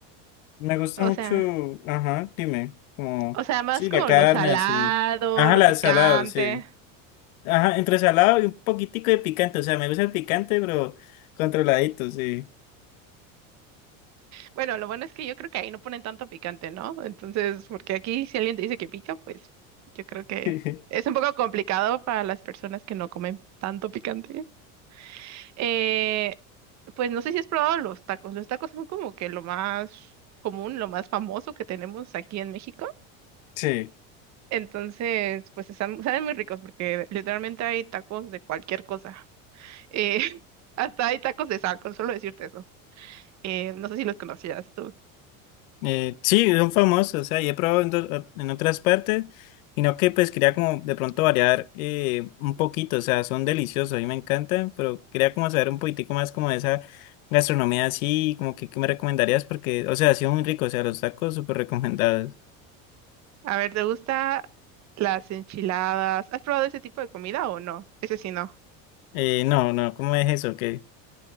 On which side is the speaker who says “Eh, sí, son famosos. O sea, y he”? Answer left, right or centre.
Left